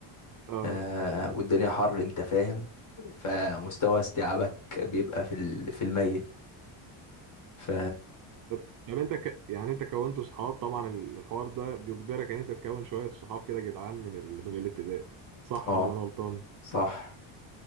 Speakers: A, on the right (about 45°); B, on the left (about 35°).
A: اه
B: آه والدنيا حر أنت فاهم فمستوى استيعابك بيبقى في ال- في الميت ف
A: طب طب انت ك... يعني انت كونت صحاب طبعا ال- الحوار ده بيجبرك ان انت تكون شوية صحاب كده جدعان من ال... من الابتدائي صح
B: اه
A: ولا انا غلطان
B: صح